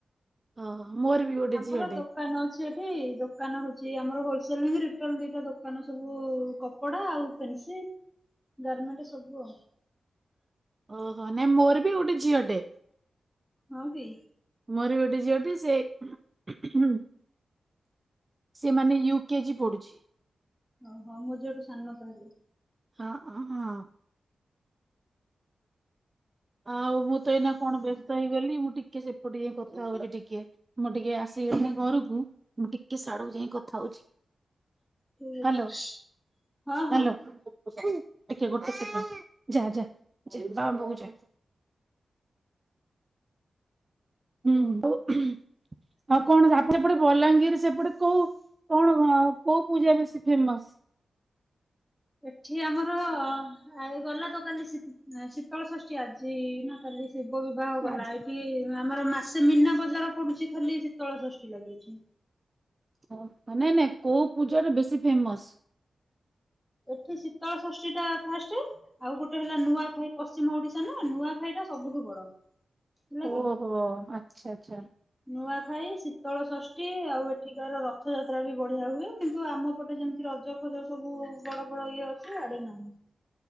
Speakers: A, on the right; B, in the centre.
A: ଓହୋ। ମୋର ବି ଗୋଟେ
B: ଆମର
A: ଝିଅଟେ
B: ଦୋକାନ ଅଛି ଏଠି ଦୋକାନ ହୋଉ ଚି ଆମର ହୋଲସେଲ ହିଁ ରିଟେଲ ଦିଟା ଦୋକାନ ସବୁ କପଡା ଆଉ ଫେନ୍ସି ଗାରମେଣ୍ଟେ ସବୁ ଆଉ।
A: ଓହୋ ନାଇଁ ମୋର ବି ଗୋଟେ ଝିଅଟେ।
B: ହଁକି।
A: ମୋର ବି ଗୋଟେ ଝିଅଟେ ସେ ସେ ମାନେ ୟୁକେଜି ପଢୁଚି।
B: ଓହୋ ମୋ ଝିଅଠୁ ସାନ ତାହେଲେ।
A: ହଁ ଅ ହଁ। ଆଉ ମୁଁ ତ ଏଇନା କଣ ବ୍ୟସ୍ତ ହେଇ ଗଲି ମୁଁ ଟିକେ ସେପଟେ ଯାଇଁ କଥା ହୋଉଚି ଟିକେ ମୁଁ ଟିକେ ଆସିଗଲି ଘରକୁ ମୁଁ ଟିକେ ସାଡକୁ ଯାଇଁ କଥା ହୋଉଚି।
B: ଠିକ ଅଛି
A: ହାଲୋ
B: ହଁ ହଁ।
A: ହାଲୋ ଟିକେ ଗୋଟେ ସେକେଣ୍ଡ ଯା ଯା ଯା ବାବାଙ୍କ ପାଖକୁ ଯା। ହୁଁ ହୁଁ ଆଉ କଣ ଆପଣ ଏପଟେ ବଲାଙ୍ଗୀ ଙ୍ଗିର ସେପଟେ କୋଉ କଣ ଆଁ କୋଉ ପୂଜା ବେଶୀ ଫେମସ।
B: ଏଠି ଆମର ଏ ଗଲା ତ କାଲି ସି ଶୀତଳ ଷଷ୍ଠୀ ଆଜି ନା କାଲି। ଶିବ ବିବାହ ଗଲା
A: ଆଜି
B: ଏଇଠି। ଆମର ମାସେ ମୀନା ବଜାର ପଡୁଛି ଖାଲି ଶୀତଳ ଷଷ୍ଠୀ ଲାଗିଛି।
A: ହ ମାନେ ନାଇ ନାଇ କୋଉ ପୂଜାର ବେଶୀ ଫେମସ।
B: ଏଠି ଶୀତଳ ଷଷ୍ଠୀ ଟା ଫାଷ୍ଟେ। ଆଉ ଗୋଟେ ହେଲା ନୂଆଖାଇ। ପଶ୍ଚିମ ଓଡିଶା ନା ନୂଆଖାଇ ଟା ସବୁଠୁ ବଡ। ହେଲା
A: ଓହୋ
B: କି।
A: ଆଚ୍ଛା ଆଚ୍ଛା।
B: ନୂଆଖାଇ ଶୀ ତଳ ଷଷ୍ଠୀ ଆଉ ଏଠିକାର ର ରଥଯାତ୍ରା ବି ବଢିଆ ହୁଏ କିନ୍ତୁ ଆମ ପଟେ ଯେମିତି ରଜ ଫଜ ସବୁ। ବଡ ବଡ ଇଏ ଅଛି ଆଡେ ନାହିଁ।